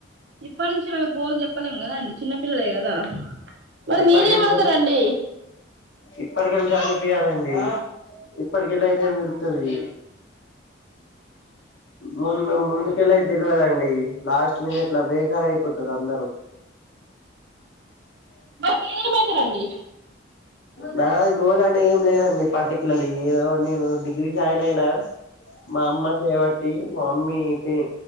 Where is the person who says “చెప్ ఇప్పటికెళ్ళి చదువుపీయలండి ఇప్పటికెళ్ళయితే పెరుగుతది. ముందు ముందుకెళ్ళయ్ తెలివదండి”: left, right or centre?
Left